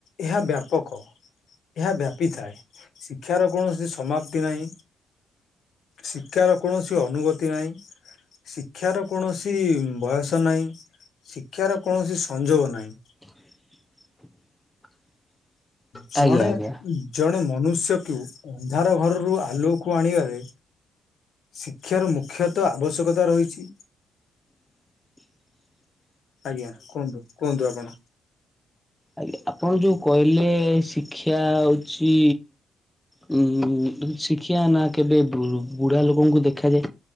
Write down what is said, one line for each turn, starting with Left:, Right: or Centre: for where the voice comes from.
Left: ଏହା ବ୍ୟାପକ କ ଏହା ବ୍ୟାପିଥାଏ ଶିକ୍ଷାର କୌଣସି ସମାପ୍ତି ନାହିଁ। ଶିକ୍ଷାର କୌଣସି ଅନୁଭୂତି ନାହିଁ। ଶିକ୍ଷାର କୌଣସି ବୟସ ନାହିଁ। ଶିକ୍ଷାର କୌଣସି ସଂଯୋଗ ନାହିଁ।
Centre: <inaudible>
Left: ଜଣେ
Centre: ଆଜ୍ଞା
Left: ଜଣେ ମନୁଷ୍ୟକୁ ଅନ୍ଧାର ରରୁ ଆଲୁଅକୁ ଆଣିବାରେ ଶିକ୍ଷାର ମୁଖ୍ୟତଃ ଆବଶ୍ୟକତା ରହିଛି।
Centre: <inaudible>
Left: ଆଜ୍ଞା କୁହନ୍ତୁ କୁହନ୍ତୁ ଆପଣ।
Centre: ଆଜ୍ଞା ଆପଣ ଯୋଉ କହିଲେ ଶିକ୍ଷା ହଉଛି। ଉ ଶିଖିବା ନା କେବେ ବୁ ବୁଢା ଲୋକଙ୍କୁ ଦେଖାଯାଏ।